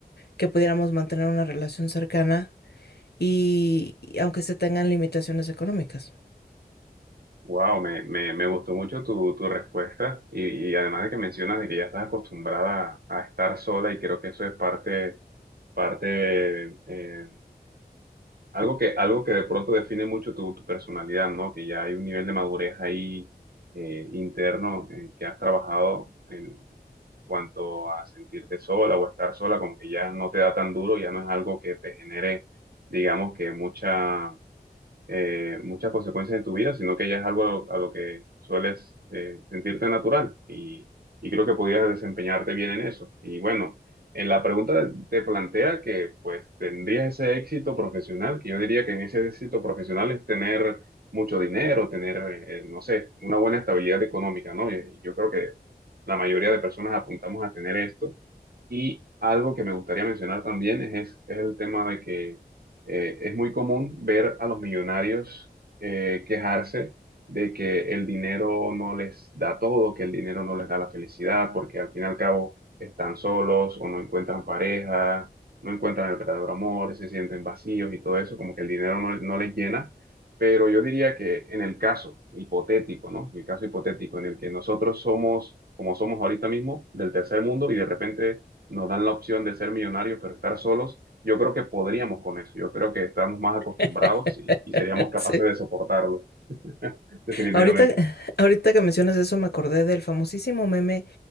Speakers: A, on the left; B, on the right.
A: que pudiéramos mantener una relación cercana y, y aunque se tengan limitaciones económicas.
B: wow, me, me, me gustó mucho tu, tu respuesta y, y además de que mencionas de que ya estás acostumbrada a, a estar sola y creo que eso es parte parte eh, Algo que, algo que de pronto define mucho tu, tu personalidad, ¿no? Que ya hay un nivel de madurez ahí eh, interno eh, que has trabajado en cuanto a sentirte sola o estar sola, como que ya no te da tan duro, ya no es algo que te genere, digamos que mucha eh, muchas consecuencias en tu vida, sino que ya es algo a lo, a lo que sueles eh, sentirte natural y, y creo que podías desempeñarte bien en eso. Y bueno, en la pregunta te plantea que pues tendrías ese éxito profesional, que yo diría que en ese éxito profesional es tener mucho dinero, tener, eh, no sé, una buena estabilidad económica, ¿no? Y- y yo creo que la mayoría de personas apuntamos a tener esto. Y algo que me gustaría mencionar también es, es el tema de que eh, es muy común ver a los millonarios eh, quejarse de que el dinero no les da todo, que el dinero no les da la felicidad, porque al fin y al cabo están solos o no encuentran pareja, no encuentran el verdadero amor, se sienten vacíos y todo eso, como que el dinero no, no les llena. Pero yo diría que en el caso hipotético, ¿no? En el caso hipotético en el que nosotros somos, como somos ahorita mismo, del tercer mundo y de repente nos dan la opción de ser millonarios, pero estar solos, yo creo que podríamos con eso. Yo creo que estamos más acostumbrados
A: <laughs>
B: y, y seríamos capaces
A: Sí.
B: de soportarlo, <laughs> definitivamente.
A: Ahorita, ahorita que mencionas eso, me acordé del famosísimo meme